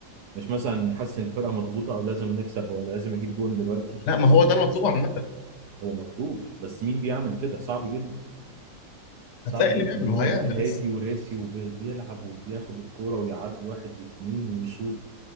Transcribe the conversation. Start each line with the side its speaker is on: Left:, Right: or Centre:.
Right: مش مثلا حاسس ان الفرقة مضغوطة او لازم نكسب ولا لازم اجيب جون دلوقتي
Left: لا ما هو ده المطلوب عامه
Right: هو مطلوب بس مين بيعمل كده صعب جدا صعب
Left: هتلاقي اللي
Right: جدا
Left: بيعمل
Right: هو
Left: وهيعمل
Right: بقى هادي
Left: لسه
Right: وراسي وبيلعب وبياخد الكورة ويعدي واحد واتنين ويشوط